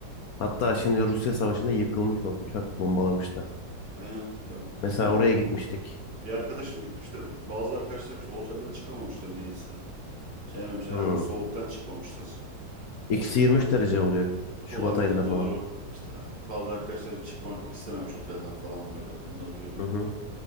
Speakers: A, on the left; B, on the right.
A: Hatta şimdi Rusya Savaşı'nda yıkılmış o uçak bombalamıştı.
B: aynen. Ya
A: Mesela
B: benim
A: oraya gitmiştik.
B: bir arkadaşım gitmiş de bazı arkadaşlarım işte otelden çıkamamışlar niyeyse. Sevmemişler
A: Hmm.
B: herhalde soğuktan çıkmamışlar.
A: Eksi 23
B: Ama
A: derece oluyor
B: Olabilir
A: Şubat ayında
B: doğru.
A: falan.
B: İşte bazı arkadaşlar hiç çıkmak istememiş otelden falan böyle. Onları duyduk.
A: Hı hı.